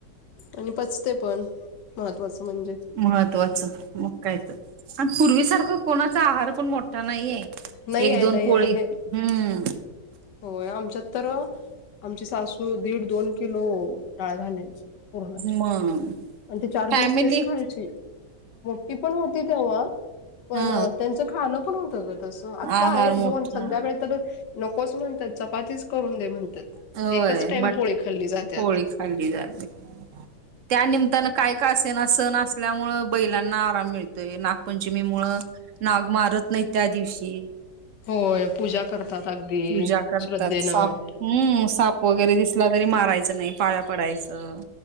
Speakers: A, on the left (about 80°); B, on the right (about 55°).
A: आणि पचते पण महत्वाचं म्हणजे.
B: महत्त्वाचं मग काय तर आणि पूर्वीसारखं कोणाचा आहार पण मोठा नाहीये.
A: नाही
B: एक
A: आहे
B: दोन
A: नाही
B: पोळी
A: आहे
B: हम्म.
A: होय आमच्यात तर आमची सासू दीड, दोन किलो डाळ घालायची. पुरणाची
B: मग
A: आणि ते चार
B: फॅमिली
A: दिवस तेच खायची. मोठी पण होती तेव्हा. पण
B: हा
A: त्यांचं खाणं पण होत तसं आता
B: आहार
A: एक
B: मोठा
A: दोन संध्याकाळी तर नकोच म्हणतात चपातीस करून दे म्हणतात
B: होय
A: एकच टाइम
B: बट
A: पोळी खाल्ली जाते आता.
B: पोळी खाल्ली जाते त्या निमतान काय का असे ना सण असल्यामुळं बैलांना आराम मिळतोय नागपंचमी मुळं नाग मारत नाहीत त्या दिवशी.
A: होय पूजा करतात अगदी
B: पूजा करतात
A: श्रद्धेनं.
B: साप हम्म साप वगैरे दिसला तरी मारायचं नाही पाया पडायचं.